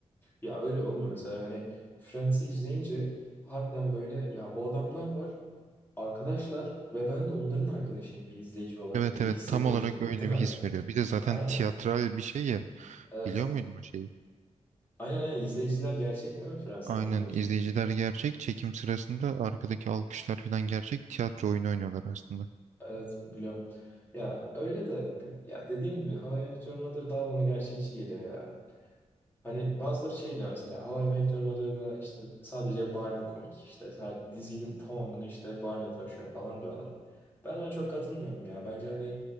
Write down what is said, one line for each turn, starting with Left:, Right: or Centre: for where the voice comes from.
Left: Ya öyle oğlum mesela hani Friends'i izleyince harbiden böyle ya bu adamlar var, arkadaşlar ve ben de onların arkadaşıyım bir izleyici olarak
Right: Evet
Left: gibi
Right: evet
Left: hissediyorsun,
Right: tam olarak öyle
Left: değil mi?
Right: bir his veriyor. Bir de zaten
Left: Aynen.
Right: tiyatral bir şey ya.
Left: Evet.
Right: Biliyor muydun bu şeyi?
Left: Aynen aynen izleyiciler gerçek değil mi Friends'te
Right: Aynen
Left: onu diyorsun.
Right: izleyiciler gerçek çekim sırasında arkadaki alkışlar falan gerçek tiyatro oyunu oynuyorlar aslında.
Left: Evet biliyorum. Ya öyle de ya dediğim gibi How I Met Your Mother daha bana gerçekçi geliyor ya. Hani bazıları şey diyor mesela How I Met Your Mother'da işte sadece Barney komik işte sa- dizinin tamamını işte Barney taşıyor falan diyorlar. Ben ona çok katılmıyorum ya. Bence hani